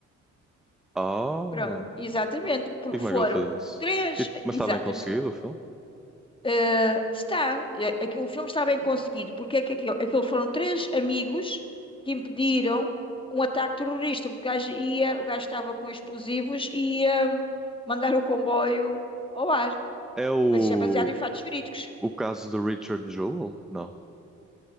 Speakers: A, in the centre; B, on the left (about 15°).
A: Ah!
B: Pronto, exatamente. Porque
A: E como
B: foram
A: é que ele fez isso?
B: três.
A: E-
B: eh,
A: mas
B: Exatamente.
A: está bem conseguido o filme?
B: Eh, está, eh, aqui- o filme está bem conseguido, porque é que aquilo, aquilo foram três amigos que impediram um ataque terrorista, porque o gajo, ia, o gajo estava com explosivos e ia hum, mandar o comboio ao ar.
A: É o,
B: Mas isto é baseado em fatos verídicos.
A: o caso de Richard Jewell? Não.